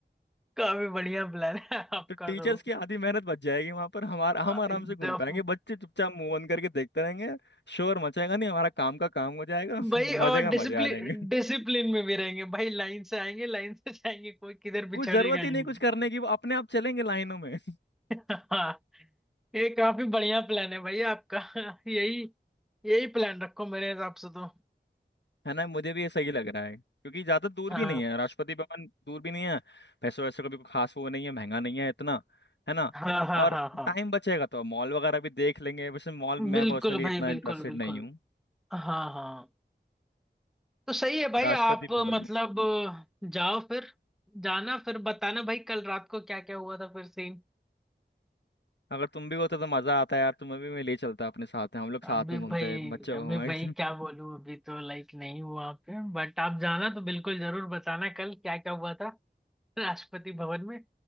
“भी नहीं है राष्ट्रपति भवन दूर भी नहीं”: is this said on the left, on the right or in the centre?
Left